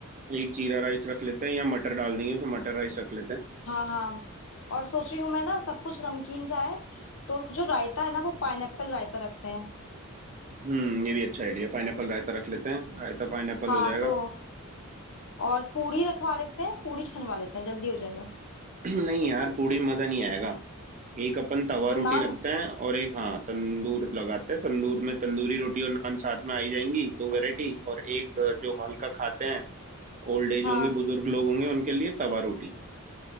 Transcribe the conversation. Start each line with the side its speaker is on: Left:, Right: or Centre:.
Right: एक जीरा राइस रख लेते हैं या मटर डाल देंगे उसमें मटर राइस रख लेते हैं
Left: हाँ हाँ और सोच रही हूँ मैं ना सब कुछ नमकीन सा है तो जो रायता है ना वो पाइनएप्पल रायता रखते हैं
Right: हम्म ये भी अच्छा आइडिया पाइनएप्पल रायता रख लेते हैं रायता पाइनएप्पल
Left: हाँ
Right: हो जाएगा
Left: तो और पूरी रखवा लेते हैं पूरी छनवा लेते हैं जल्दी हो जाएगा
Right: <clears throat> नहीं यार पूड़ी में मजा नहीं आएगा एक अपन तवा
Left: तो
Right: रोटी
Left: नान
Right: रखते हैं और एक हाँ तंदूर लगाते हैं तंदूर में तंदूरी रोटी और नान साथ में आई जाएंगी दो वैरायटी और एक अ, जो हल्का खाते हैं ओल्ड एज
Left: हाँ
Right: होंगे बुजुर्ग लोग होंगे उनके लिए तवा रोटी